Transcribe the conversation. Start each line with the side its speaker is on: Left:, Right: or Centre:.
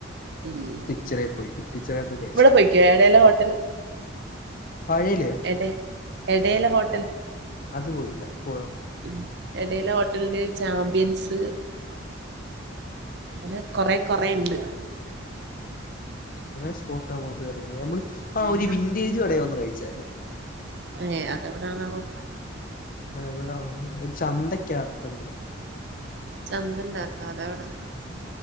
Right: ഉം
Left: റ്റിച്ചറ പോയി റ്റിച്ചറെ പോയി കഴിച്ചു.
Right: ഇവിടെ പോയിക്കോ ഇടയിലെ ഹോട്ടൽ
Left: പഴയല്ലേ
Right: എടെ എടയില ഹോട്ടൽ
Left: അത് പോയില്ല പോണം
Right: ഉ ഇടയിലെ ഹോട്ടലില് ചാമ്പ്യൻസ് അങ്ങനെ കൊറെ കൊറെ ഉണ്ട്
Left: അത്ര സ്പോട്ട ന നമ്മ ആ
Right: ഉം
Left: ഒരു വിൻറേജ്കടെ വന്ന് കഴിച്ചായിരുന്നു
Right: ഏ അത് എവിടണാവോ
Left: ആ എവിട ഒരു ചന്തക്കകത്തുണ്ട്
Right: ചന്തല്ലാത്ത അതെവിടാ